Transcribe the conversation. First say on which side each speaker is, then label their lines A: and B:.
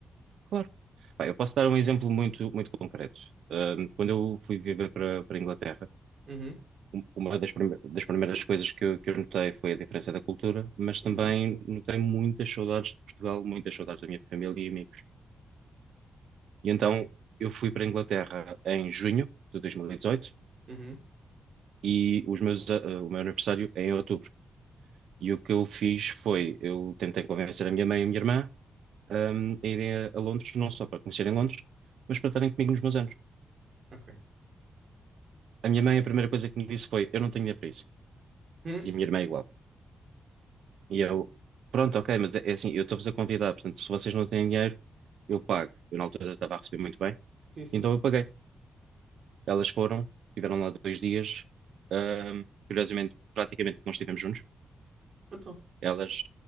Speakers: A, on the right (about 85°); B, on the right (about 45°).
A: claro, Pá, eu posso dar um exemplo muito, muito concreto. Hum, quando eu fui viver para, para a Inglaterra,
B: Uhum.
A: um- uma das, prime- das primeiras coisas que, eu- que eu notei foi a diferença da cultura, mas
B: Uhum.
A: também notei muitas saudades de Portugal, muitas saudades da minha família e amigos. E então eu fui para a Inglaterra em junho de 2018 e
B: Uhum.
A: dezoito e os meus, a- o meu aniversário é em outubro. E o que eu fiz foi, eu tentei convencer a minha mãe e a minha irmã, hum, a irem a, a Londres, não só para conhecerem Londres, mas para estarem comigo nos meus anos.
B: Ok.
A: A minha mãe, a primeira coisa que me disse foi, eu não tenho dinheiro para isso.
B: Uhum.
A: E a minha irmã igual. E eu, pronto, ok, mas é, é assim, eu estou-vos a convidar, portanto, se vocês não têm dinheiro, eu pago. Eu na altura estava a receber muito bem,
B: Sim, sim.
A: então eu paguei. Elas foram, tiveram lá dois dias, ahm, curiosamente, praticamente não estivemos juntos.
B: Então.
A: Elas,